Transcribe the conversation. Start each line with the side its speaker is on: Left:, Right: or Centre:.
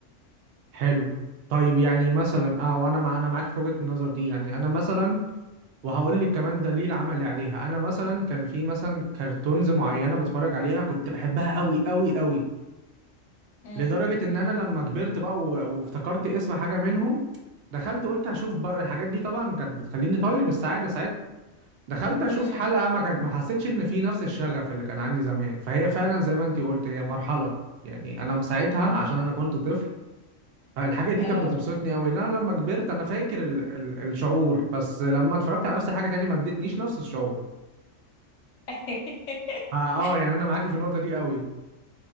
Right: حلو طيب يعني مثلا اه وانا مع انا معاك في وجهة النظر دي يعني انا مثلا وهقول لك كمان دليل عملي عليها انا مثلا كان في مثلا كرتونز معينة بتفرج عليها كنت بحبها قوي قوي قوي
Left: امم
Right: لدرجة ان انا لما كبرت بقى و- وافتكرت اسم حاجة منهم دخلت قلت هشوف بقى الحاجات دي طبعا كانت بتخليني طاير من السعادة ساعتها دخلت اشوف
Left: امم
Right: حلقه ما كان ما حسيتش ان في نفس الشغف اللي كان عندي زمان فهي فعلا زي ما انتي قلت هي مرحله يعني انا ساعتها عشان انا كنت طفل فالحاجه دي
Left: اه
Right: كانت بتبسطني قوي لا لما كبرت انا فاكر ال ال الشعور بس لما اتفرجت على نفس الحاجه تاني ما ادتنيش نفس الشعور
Left: <laughs>
Right: اه آه، يعني انا معاكي في النقطه دي قوي